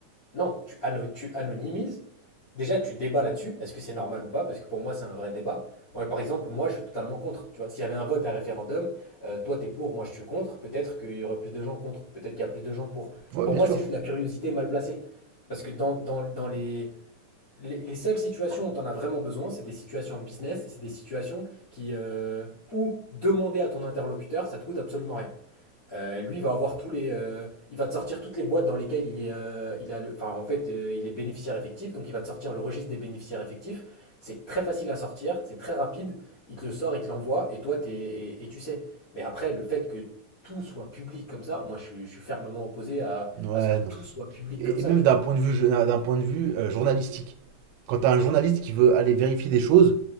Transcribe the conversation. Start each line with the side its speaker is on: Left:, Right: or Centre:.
Left: Non, tu, ano- tu anonymises. Déjà, tu débats là-dessus. Est-ce que c'est normal ou pas? Parce que pour moi, c'est un vrai débat. Moi, par exemple, moi, je suis totalement contre. Tu vois, s'il y avait un vote, un référendum, euh, toi, t'es pour, moi, je suis contre. Peut-être qu'il y aurait plus de gens contre. Peut-être qu'il y a plus de gens pour.
Right: Ouais,
Left: Pour
Right: bien
Left: moi,
Right: sûr.
Left: c'est juste de la curiosité mal placée. Parce que dans, dans, dans les, les, les seules situations où t'en as vraiment besoin, c'est des situations business et c'est des situations qui, euh, où demander à ton interlocuteur, ça te coûte absolument rien. Euh, lui, il va avoir tous les, euh, il va te sortir toutes les boîtes dans lesquelles il est, euh, il a le, enfin, en fait, euh, il est bénéficiaire effectif, donc il va te sortir le registre des bénéficiaires effectifs. C'est très facile à sortir, c'est très rapide. Il te le sort, il te l'envoie, et toi, t'es, et, et tu sais. Mais après, le fait que tout soit public comme ça, moi, je suis, je suis fermement opposé à,
Right: Ouais,
Left: à ce que tout
Right: non.
Left: soit public
Right: Et,
Left: comme ça,
Right: et même
Left: tu
Right: d'un
Left: vois.
Right: point de vue, d'un point de vue euh, journalistique. Quand t'as un journaliste qui veut aller vérifier des choses,